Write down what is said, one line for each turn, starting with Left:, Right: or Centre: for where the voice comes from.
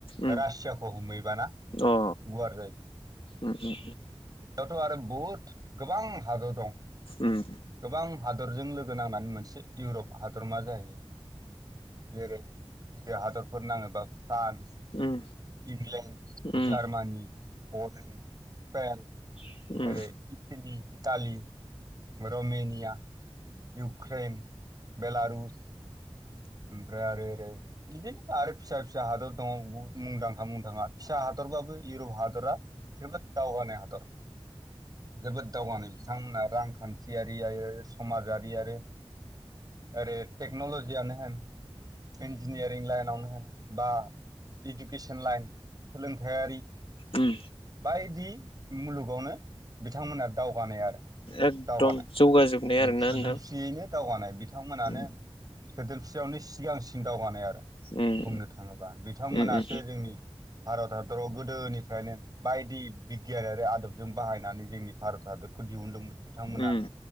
Left: उम
Right: रासियाखौ हमहैबाना
Left: अ
Right: गुवार जायो।
Left: उम उम
Right: बेयावथ' आरो बहुद गोबां हादर दं
Left: उम
Right: गोबां हादरजों लोगो नांनानै मोनसे इउरप हादरमा जाहै जेरै गिदिर गिदिर हादरफोर नाङोबा फ्रान्स,
Left: उम
Right: इंलेण्ड,
Left: उम
Right: जार्मानि, पलेण्ड, स्पेन
Left: उम उम
Right: ओरै Italy Italy Romania, Ukraine, Belarus, ओमफ्राय आरो ओरै बिदिनो आरो फिसा-फिसा हादर दङ' बुहुद मुंदांखा-मुंदांखा फिसा हादरबाबो इउरप हादरा जोबोद दावगानाय हादर जोबोद दावगानाय बिथांमोना रांखान्थियारियै समाजारि आरो आरो टेक्नलजियानो होन इन्जिनियारिं लाइनावनो होन बा इडुकेसन लाइन सोलोंथायारि
Left: उम
Right: बायदि मुलुगावनो बिथांमोना दावगानाय आरो
Left: एकदम
Right: दावगानाय
Left: जौगाजोबनाय आरोना
Right: सोदोमस्रियैनो
Left: नोंथां
Right: दावगानाय बिथांमोनानो
Left: उम
Right: सोदोमस्रियावनो सिगांसिन दावगानाय आरो।
Left: उम
Right: बुंनो थाङोबा बिथांमोनासो
Left: उम उम
Right: जोंनि भारत हादराव गोदोनिफ्रायनो बायदि बिगियान आरो आदबजों बाहायनानै जोंनि भारत हादरखौ दिहुनदोंमोन। बिथांमोनानो
Left: उम उम